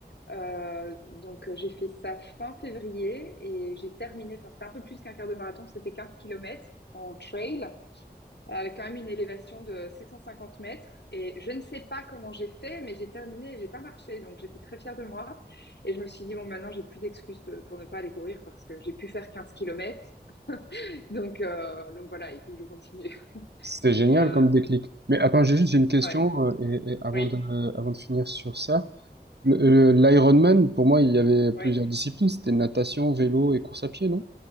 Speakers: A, on the left; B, on the right.
A: Euh, donc, euh, j'ai fait ça fin février et j'ai terminé, enfin, c'était un peu plus qu'un quart de marathon, c'était 15 kilomètres en trail, euh, avec quand même une élévation de 750 mètres. Et je ne sais pas comment j'ai fait, mais j'ai terminé et j'ai pas marché. Donc, j'étais très fière de moi. Et je me suis dit, bon, maintenant, j'ai plus d'excuses de- pour ne pas aller courir parce que j'ai pu faire 15 kilomètres. Donc, euh, donc voilà, il faut que je continue. <laughs>
B: C'était génial
A: Et euh,
B: comme déclic. Mais attends, j'ai juste j'ai une question
A: ouais,
B: euh, et, et avant
A: oui,
B: de euh, avant de finir sur ça, Le- euh, l'Ironman pour moi il y avait plusieurs
A: oui,
B: disciplines, c'était natation, vélo et course à pied, non?